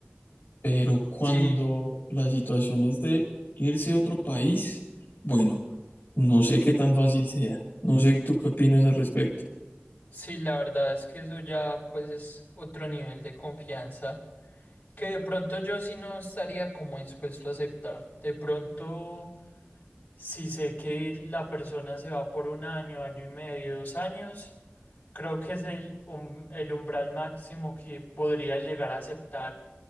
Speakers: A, on the left; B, on the left.
A: Pero cuando
B: Sí,
A: la situación es de irse a otro país, bueno, no sé qué tan fácil sea. No sé tú qué opinas al respecto.
B: sí, la verdad es que eso ya pues es otro nivel de confianza que de pronto yo sí no estaría como dispuesto a aceptar. De pronto, si sé que la persona se va por un año, año y medio, dos años. Creo que es el, um- el umbral máximo que podría llegar a aceptar.